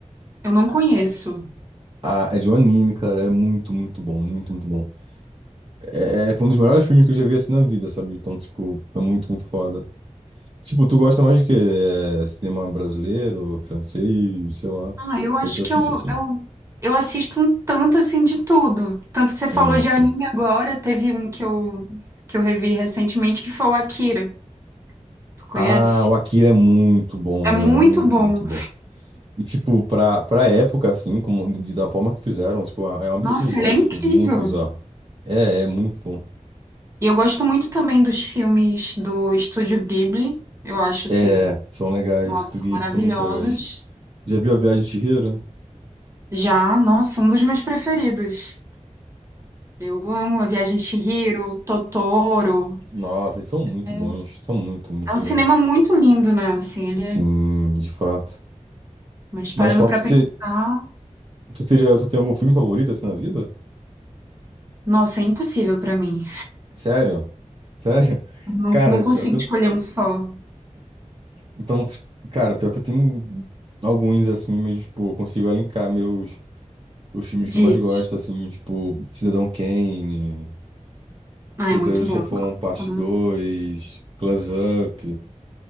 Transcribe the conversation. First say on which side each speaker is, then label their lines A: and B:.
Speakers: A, on the right; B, on the right.
A: Eu não conheço.
B: Ah, é de um anime, cara. É muito, muito bom. Muito, muito bom. É, é- foi um dos melhores filmes que eu já vi assim na vida, sabe? Então, tipo, é muito, muito foda. Tipo, tu gosta mais de quê? É, cinema brasileiro, francês, sei lá. O
A: Ah, eu acho
B: que é que tu assiste
A: que eu,
B: assim?
A: eu, eu assisto um tanto assim de tudo. Tanto você
B: Sim,
A: falou de
B: sim.
A: anime agora, teve um que eu, que eu revi recentemente que foi o Akira. Tu conhece?
B: Ah, o Akira é muito bom,
A: É
B: velho.
A: muito
B: É muito,
A: bom.
B: muito bom. E, tipo, pra, pra época, assim, como, de, da forma que fizeram, tipo, é é um absurdo,
A: Nossa,
B: sabe?
A: ele é incrível.
B: Tipo, muito bizarro. É, é muito bom.
A: E eu gosto muito também dos filmes do Estúdio Ghibli. Eu acho, assim,
B: É, são legais.
A: nossa,
B: Do Ghibli
A: maravilhosos.
B: são muito legais. Já viu a Viagem de Chihiro?
A: Já, nossa, um dos meus preferidos. Eu amo A Viagem de Chihiro, Totoro.
B: Nossa, eles são muito
A: É
B: bons. São muito, muito
A: É um
B: bons.
A: cinema muito lindo, né? Assim, ele
B: Sim,
A: é...
B: de fato.
A: Mas parando
B: Mas qual
A: pra
B: que você...
A: pensar,
B: Tu teria, tu tem algum filme favorito, assim, na vida?
A: nossa, é impossível pra mim.
B: Sério? Sério? <laughs>
A: Não,
B: Cara,
A: não consigo
B: pior que eu...
A: escolher um só.
B: Então, tipo, cara, pior que eu tenho alguns, assim, mas, tipo, eu consigo elencar meus... Os filmes
A: Diz.
B: que eu mais gosto, assim, tipo, Cidadão Kane,
A: Ah,
B: Poderoso
A: é muito bom.
B: Chefão Parte
A: Né?
B: dois, Close Up.